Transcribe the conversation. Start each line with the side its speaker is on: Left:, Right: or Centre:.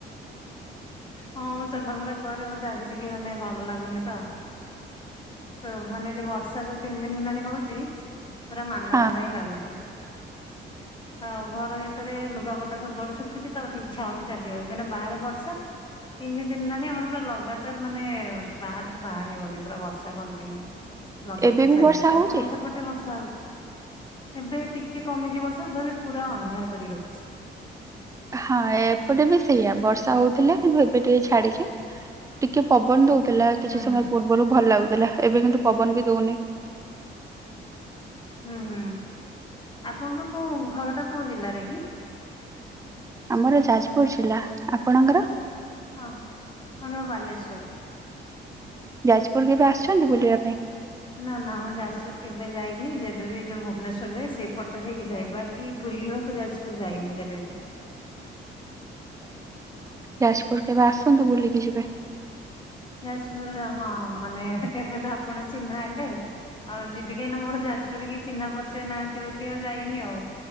Left: ହଁ ମୁଁ ଚଲାବୁଲା କରେ ମତେ ଆଜି ଟିକେ ମାନେ ଭଲ ଲାଗୁନି ତ। ତ ମାନେ ଯୋଉ ବର୍ଷା ଯୋଉ ତିନିଦିନ ହେଲାଣି ହଉଚି ପୁରା ମାନ୍ଦା
Right: ହଁ
Left: ମାନ୍ଦା ହିଁ ଲାଗୁଚି।
Right: <inaudible>
Left: ଆଉ ଘର ଭିତରେ ଲୁଗାପଟା ସବୁଆଡ ଶୁଖୁଛି ତ ମତେ ଇଚ୍ଛା ହଉନି ଚାଲିବାକୁ କାହିଁନା ବାହାରେ ବର୍ଷା। ତିନି ଦିନ ହେଲାଣି ଆମର ପୁରା ଲଗାତାର ମାନେ ବାହାରୁକୁ ବାହାରି ହଉନି ପୁରା ବର୍ଷା କଣ୍ଟିନ୍ୟୁ। ଲଗାତାର
Right: ଏବେ ବି
Left: ଚାଲିଛି
Right: ବର୍ଷା ହଉଛି?
Left: ଆପଣଙ୍କ ସେ ପଟେ ବର୍ଷା ହଉଛି ଏବେ ଟିକେ କମିଛି ବର୍ଷା ତଥାପି ପୁରା ଅନ୍ଧାର କରିକି ରଖିଛି।
Right: ହଁ ଏପଟେ ବି ସେଇଆ ବର୍ଷା ହଉଥିଲା କିନ୍ତୁ ଏବେ ଟିକେ ଛାଡିଛି ଟିକେ। ପବନ ଦଉଥିଲା କିଛି
Left: ହୁଁ
Right: ସମୟ
Left: ହୁଁ
Right: ପୂର୍ବରୁ ଭଲ ଲାଗୁଥିଲା ଏବେ କିନ୍ତୁ ପବନ ବି ଦଉନି।
Left: ହୁଁ ହୁଁ ଆପଣଙ୍କ କୋ ଘରଟା କୋଉ ଜିଲ୍ଲାରେ କି?
Right: ଆମର ଯାଜପୁର ଜିଲ୍ଲା ଆପଣଙ୍କର?
Left: ହଁ ଆମର ବାଲେଶ୍ଵର।
Right: ଯାଜପୁର କେବେ ଆସଛନ୍ତି ବୁଲିବା ପାଇଁ?
Left: ନା ନା ମୁଁ ଯାଜପୁର କେବେ ଯାଇନି ଯେବେ ବି ଯୋଉ ଭୁବନେଶ୍ଵର ଯାଏ ସେଇପଟ ଦେଇକି ଯାଏ ବଟ୍। କି ବୁଲିବାକୁ ଯାଜପୁର ଯାଇନି କେବେବି।
Right: ଯାଜପୁର କେବେ ଆସନ୍ତୁ ବୁଲିକି ଯିବେ।
Left: ଯାଜପୁର ହଁ ମାନେ ଏବେ ତ ଆପଣ ଚିହ୍ନା ହେଲେ ଆଉ ଯିବି କାହିଁକି ନା ମୋର ଯାଜପୁରରେ କି ଚିହ୍ନା ପରିଚୟ ନାହାନ୍ତି ବୋଲି ଆଉ ଯାଇନି ଆଉ।